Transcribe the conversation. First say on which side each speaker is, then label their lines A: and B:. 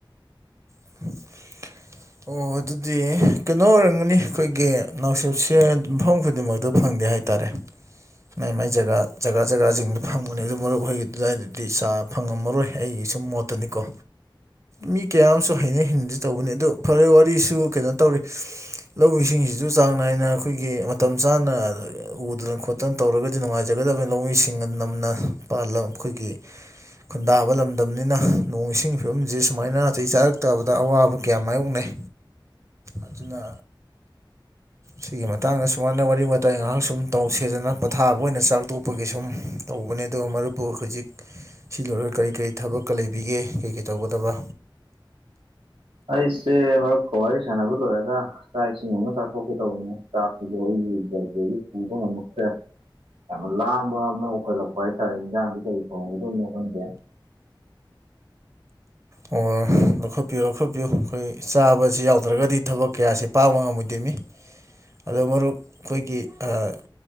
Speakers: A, on the right; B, on the right.
A: <unintelligible> ꯑꯣ ꯑꯗꯨꯗꯤ ꯀꯩꯅꯣ ꯑꯣꯏꯔꯝꯒꯅꯤ ꯑꯩꯈꯣꯏꯒꯤ ꯅꯥꯎꯁꯦꯞꯁꯦ ꯃꯐꯝ ꯈꯨꯗꯤꯡꯃꯛꯗꯥ ꯐꯪꯗꯦ ꯍꯥꯏ ꯇꯔꯦ ꯃꯥꯏ ꯃꯥꯏ ꯖꯒꯥ ꯖꯒꯥ ꯖꯒꯥꯁꯤꯡꯗꯨ ꯐꯪꯕꯅꯦ ꯑꯗꯨ ꯃꯔꯨꯞ ꯍꯣꯏꯒꯤ ꯑꯗꯨꯋꯥꯏꯗꯗꯤ ꯆꯥ ꯐꯪꯉꯝꯃꯔꯣꯏ ꯑꯩꯒꯤ ꯁꯨꯝ ꯃꯣꯠ- ꯇꯨꯅꯤꯀꯣ ꯃꯤ ꯀꯌꯥ ꯑꯃꯁꯨ ꯍꯩꯅꯩ ꯍꯩꯅꯗꯦ ꯇꯧꯕꯅꯦ ꯑꯗꯨ ꯐꯔꯦ ꯋꯥꯔꯤꯁꯨ ꯀꯩꯅꯣ ꯇꯧꯔꯤ ꯂꯧ ꯏꯁꯤꯡꯁꯤꯁꯨ ꯆꯥꯡ ꯅꯥꯏꯅ ꯑꯩꯈꯣꯏꯒꯤ ꯃꯇꯝ ꯆꯥꯅ ꯎꯗꯅ ꯈꯣꯠ ꯇꯟ ꯇꯧꯔꯒꯗꯤ ꯅꯨꯡꯉꯥꯏꯖꯒꯗꯃꯤ ꯂꯧꯃꯤꯁꯤꯡꯅ ꯅꯝꯅ ꯄꯥꯜꯂ ꯑꯩꯈꯣꯏꯒꯤ ꯈꯨꯟꯗꯥꯕ ꯂꯝꯗꯝꯅꯤꯅ ꯅꯣꯡ ꯏꯁꯤꯡꯒꯤ ꯐꯤꯕꯝꯁꯦ ꯁꯨꯃꯥꯏꯅ ꯇꯩ ꯆꯥꯔꯛꯇꯕꯗ ꯑꯋꯥꯕ ꯀꯌꯥ ꯃꯥꯌꯣꯛꯅꯩ ꯑꯗꯨꯅ ꯁꯤꯒꯤ ꯃꯇꯥꯡꯗ ꯁꯨꯃꯥꯏꯅ ꯋꯥꯔꯤ ꯋꯇꯥꯏ ꯉꯥꯏꯍꯥꯛ ꯁꯨꯝ ꯇꯧꯁꯦꯗꯅ ꯄꯣꯊꯥꯕ ꯑꯣꯏꯅ ꯆꯥꯛꯊꯣꯛꯄꯒꯤ ꯁꯨꯝ ꯇꯧꯕꯅꯦ ꯑꯗꯣ ꯃꯔꯨꯞꯄꯨ ꯍꯧꯖꯤꯛ ꯁꯤ ꯂꯣꯏꯔꯒ ꯀꯔꯤ ꯀꯔꯤ ꯊꯕꯛꯀꯥ ꯂꯩꯕꯤꯒꯦ ꯀꯩ ꯀꯩ ꯇꯧꯒꯗꯕ
B: ꯑꯩꯁꯦ ꯃꯔꯨꯞꯀꯥ ꯋꯥꯔꯤ ꯁꯥꯟꯅꯕ ꯂꯣꯏꯔꯒ ꯆꯥꯛ ꯏꯁꯤꯡ ꯑꯃ ꯆꯥꯊꯣꯛꯀꯦ ꯇꯧꯕꯅꯦ ꯆꯥꯛꯁꯤꯗꯣ ꯑꯩꯒꯤ ꯎꯗꯕꯗꯒꯤ ꯄꯨꯕ ꯉꯝꯃꯛꯇ꯭ꯔꯦ ꯌꯥꯝꯅ ꯂꯥꯝꯕ ꯑꯃ ꯑꯣꯏꯈꯠꯂꯛꯄ ꯍꯥꯏꯇꯥꯔꯦ ꯏꯟꯖꯥꯡꯗꯤ ꯀꯔꯤ ꯊꯣꯡꯉꯝꯒꯗꯧꯅꯣ ꯈꯪꯗ꯭ꯔꯦ
A: ꯑꯣ ꯂꯧꯈꯠꯄꯤꯌꯣ ꯂꯧꯈꯠꯄꯤꯌꯣ ꯑꯩꯈꯣꯏ ꯆꯥꯕꯁꯤ ꯌꯥꯎꯗ꯭ꯔꯒꯗꯤ ꯊꯕꯛ ꯀꯌꯥꯁꯤ ꯄꯥꯡꯕ ꯉꯝꯃꯣꯏꯗꯣꯏꯃꯤ ꯑꯗꯣ ꯃꯔꯨꯞ ꯈꯣꯏꯒꯤ ꯑꯥ